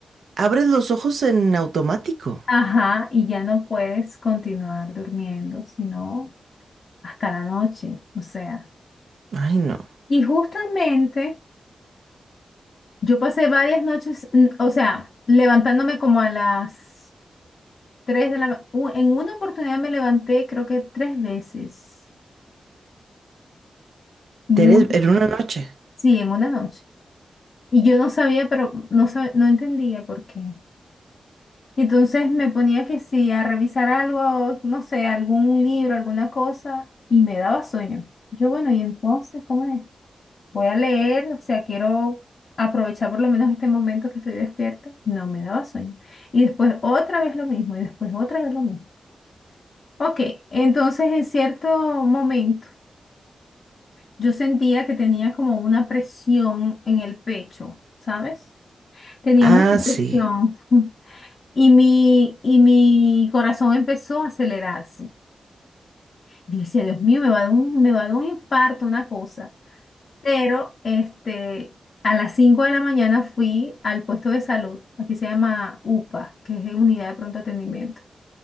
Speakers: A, on the right (about 75°); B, on the left (about 45°).
A: abres los ojos en automático.
B: Ajá, y ya no puedes continuar durmiendo, sino hasta la noche, o sea.
A: Ay, no.
B: Y justamente yo pasé varias noches, mm, o sea, levantándome como a las Tres de la ma- u- En una oportunidad me levanté, creo que tres veces. Muy,
A: Te eres- en una noche.
B: sí, en una noche. Y yo no sabía, pero no, sab- no entendía por qué. Y Entonces me ponía que sí, a revisar algo, no sé, algún libro, alguna cosa, y me daba sueño. Yo, bueno, y entonces, ¿cómo es? Voy a leer, o sea, quiero aprovechar por lo menos este momento que estoy despierta. No, me daba sueño. Y después otra vez lo mismo, y después otra vez lo mismo. Ok, entonces en cierto momento. Yo sentía que tenía como una presión en el pecho, ¿sabes? Tenía
A: Ah,
B: mucha presión
A: sí.
B: y mi, y mi corazón empezó a acelerarse. Yo decía, Dios mío, me va a dar un, me va a dar un infarto, una cosa. Pero este, a las 5 de la mañana fui al puesto de salud, aquí se llama UPA, que es Unidad de Pronto Atendimiento,